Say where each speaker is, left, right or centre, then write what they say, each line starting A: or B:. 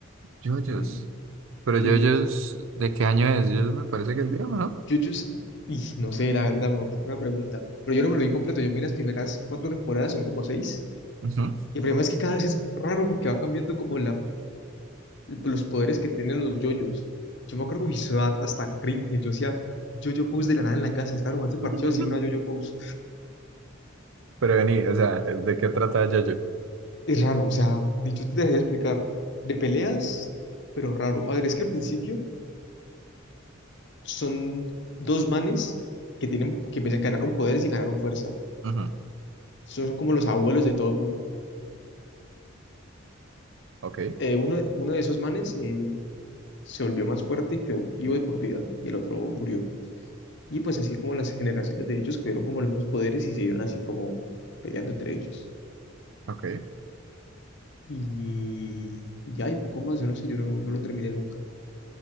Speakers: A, on the right; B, on the left.
A: JoJo's.
B: Mm,
A: Pero
B: JoJo's.
A: JoJo's, ¿de qué año es? JoJo's me parece que es viejo, ¿no?
B: Jujutsu, y no sé, la verdad, me mataste una pregunta, pero yo no me lo vi completo, yo vi las primeras cuatro temporadas, son como seis,
A: Ujú.
B: y el problema es que cada vez es raro porque va cambiando como la, los poderes que tienen los yoyos. Yo me acuerdo que mi ciudad hasta cringe, yo hacía yoyo pose de la nada en la casa, estaba jugando
A: <laughs>
B: parcheos y una yoyo pose.
A: Pero vení, o sea, ¿de qué trata JoJo?
B: Es raro, o sea, dicho te dejé explicar, de peleas, pero raro. A ver, es que al principio son dos manes que tienen, que empiezan- ganaron poderes y ganaron fuerza.
A: Ujú.
B: Son son como los abuelos de todo el mundo.
A: Ok,
B: eh, uno, uno de esos manes eh, se volvió más fuerte y quedó vivo de por vida, y el otro murió. Y pues así como las generaciones de ellos tuvieron como los mismos poderes y se iban así como peleando entre ellos.
A: ok.
B: Y ya hay poco más, yo no sé, yo no, no lo terminé nunca.